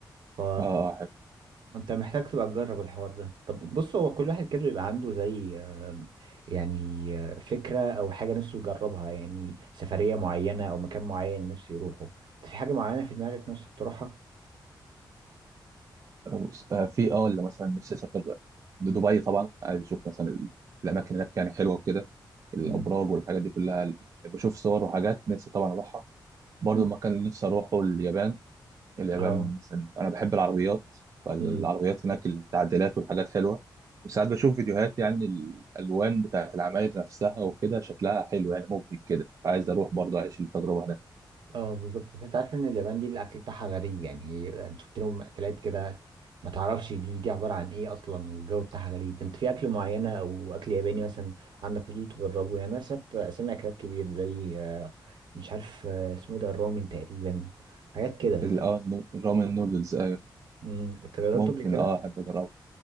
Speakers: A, on the right (about 70°); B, on the right (about 40°).
A: ف
B: آه حلو
A: انت محتاج تبقى تجرب الحوار ده طب بص هو كل واحد كده بيبقى عنده زي آم، يعني آه، فكرة او حاجة نفسه يجربها يعني سفرية معينة او مكان معين نفسه يروحه انت في حاجة معينة في دماغك نفسك تروحها
B: آه، بص، آه، في آه اللي مثلا نفسي أسافر دبي طبعا عايز أشوف مثلا ال- الأماكن هناك يعني حلوة وكده الأبراج
A: امم
B: والحاجات دي كلها بشوف صور وحاجات نفسي طبعا أروحها برضه
A: امم
B: المكان اللي نفسي أروحه اليابان اليابان
A: اه
B: مثلا أنا بحب العربيات فالعربيات
A: امم
B: هناك التعديلات والحاجات حلوة وساعات بشوف فيديوهات يعني الألوان بتاعت العماير نفسها وكده شكلها حلو يعني ممكن كده عايز أروح برضه أعيش التجربة هناك
A: اه بالظبط انت عارف ان اليابان دي الاكل بتاعها غريب يعني هي يعني شفت لهم اكلات كده ما تعرفش دي دي عباره عن ايه اصلا والجو بتاعها غريب انت في اكل معينه او اكل ياباني مثلا عندك فضول تجربه يعني انا شفت اسامي اكلات كبير زي آه، مش عارف آه، اسمه ايه ده الرامن تقريبا حاجات كده
B: ال- اه النو- الرامن نودلز أيوة
A: امم انت جربته
B: ممكن
A: قبل كده
B: اه أحب أجربها